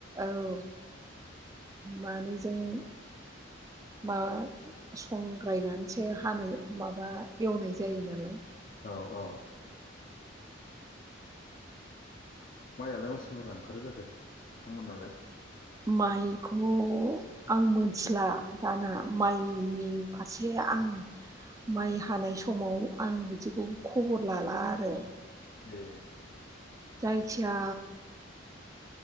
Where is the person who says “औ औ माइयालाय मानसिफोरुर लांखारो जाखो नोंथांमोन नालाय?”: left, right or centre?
Left